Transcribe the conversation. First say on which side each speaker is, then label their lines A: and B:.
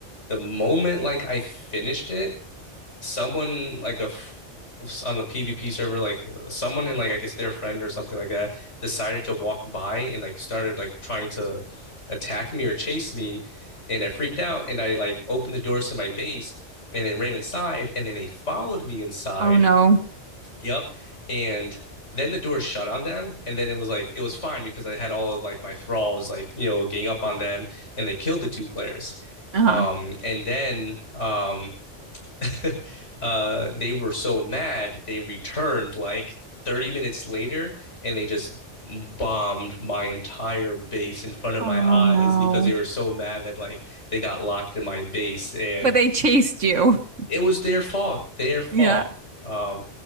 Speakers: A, on the left; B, on the right.
A: the moment like I finished it someone like a f- on the PvP server, like uh, someone in like I guess their friend or something like that decided to walk by and like started like trying to attack me or chase me, and I freaked out and I like opened the doors to my base and then ran inside and then they followed me inside.
B: Oh no.
A: Yep, and. Then the door shut on them, and then it was like it was fine because I had all of like my thralls like you know gang up on them, and they killed the two players.
B: Uh-huh.
A: Um, and then um, <laughs> uh, they were so mad they returned like 30 minutes later and they just bombed my entire base in front of
B: Oh
A: my eyes
B: no.
A: because they were so mad that like they got locked in my base So and
B: But
A: so
B: they chased you. <laughs>
A: it was their fault, their Yeah. fault.
B: Yeah.
A: Yeah. Um,